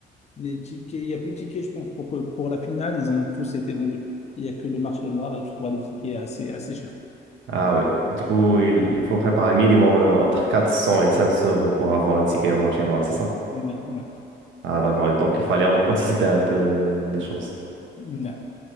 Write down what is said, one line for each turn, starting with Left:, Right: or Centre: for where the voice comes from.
Left: les tickets, il n'y a plus de tickets, je pense, pour, que, pour la finale, ils ont tous été vendus. Il n'y a que le marché noir et tu vois les tickets assez, assez chers.
Right: Ah oui, du coup, il il faut préparer minimum euh, entre 400 et 500 euros pour avoir un ticket au marché noir, c'est ça?
Left: Bien, ouais.
Right: Ah d'accord, Et donc il fallait an- anticiper un peu euh, les choses.
Left: Bien,